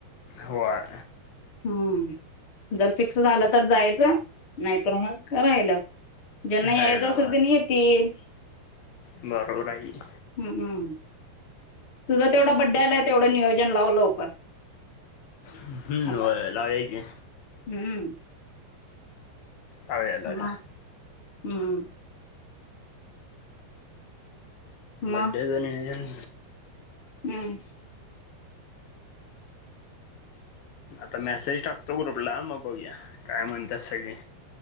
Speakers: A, on the left (about 60°); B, on the left (about 35°).
A: होय.
B: हम्म जर फिक्स झालं तर जायचं, नाहीतर मग राहिलं. ज्यांना
A: राहिल
B: यायचं
A: होय
B: असेल त्यांनी येतील.
A: बरोबर आहे की.
B: हम्म हम्म. तुझा तेवढं बड्डे आलंय, तेवढं नियोजन लाव लवकर.
A: हम्म
B: आता
A: होय लावूया की.
B: हम्म.
A: लावूया लावूया
B: मग हम्म. मग
A: बड्डेच नियोजन
B: हम्म
A: आता मेसेज टाकतो ग्रुपला मग बघूया काय म्हणतात सगळे.